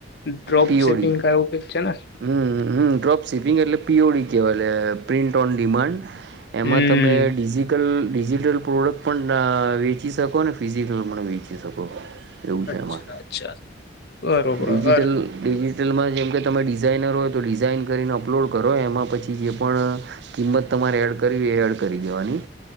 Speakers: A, on the left; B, on the right.
A: ડ્રોપ
B: પીઓડી
A: સિપિંગ કા એવું કંઈક છે ને?
B: હમ હમ ડ્રોપ સિપિંગ એટલે પીઓડી કહેવાય લ પ્રિન્ટ ઓન ડિમાન્ડ એમાં
A: હમ
B: તમે ડિઝિકલ ડિજિટલ પ્રોડક્ટ પણ વેચી શકો ને ફિઝિકલ પણ વેચી શકો એવું
A: અચ્છા
B: છે એમાં
A: અચ્છા બરોબર
B: ડિજિટલ ડિજિટલમાં જેમ કે તમે ડિઝાઇનર હો તો ડિઝઇન કરીને અપલોડ કરો એમાં પછી જે પણ કિંમત તમારે એડ કરવી એ એડ કરી દેવાની